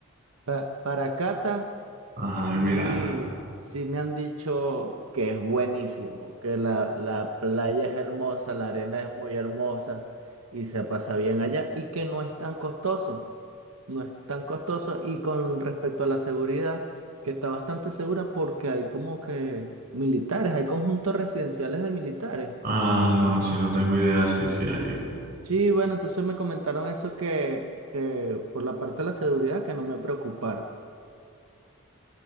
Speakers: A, on the right; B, on the right.
A: pa- para Cata.
B: Ajá,
A: Sí,
B: en Miranda.
A: sí me han dicho que es buenísimo, que la, la playa es hermosa, la arena es muy hermosa y se pasa bien allá y que no es tan costoso, no es tan costoso y con respecto a la seguridad, que está bastante segura porque hay como que militares, hay conjuntos residenciales de militares.
B: Ah, no, si no tengo idea, sí, sí, ahí.
A: Sí, bueno, entonces me comentaron eso que, que por la parte de la seguridad que no me preocupara.